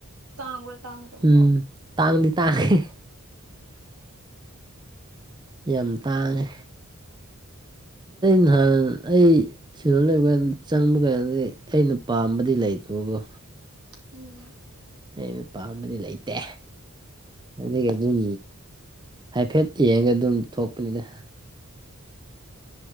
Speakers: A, on the right; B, on the right.
A: ꯇꯥꯡꯕ꯭ꯔꯥ ꯇꯥꯡꯗꯔꯣ
B: ꯎꯝ ꯇꯥꯡꯗꯤ ꯇꯥꯡꯉꯦ ꯌꯥꯝ ꯇꯥꯡꯉꯦ ꯅꯍꯥꯟ ꯑꯩ ꯁꯤ ꯂꯩꯕ ꯆꯪꯕ ꯀꯥꯟꯗꯤ ꯑꯩꯅ ꯄꯥꯝꯕꯗꯤ ꯂꯩꯇꯕꯒ
A: ꯎꯝ
B: ꯑꯩꯅ ꯄꯥꯝꯕꯗꯤ ꯂꯩꯇꯦ ꯑꯗꯨꯗꯒꯤ ꯑꯗꯨꯝ ꯍꯥꯏꯐꯦꯠ ꯌꯦꯡꯉꯒ ꯑꯗꯨꯝ ꯊꯣꯛꯄꯅꯤꯗ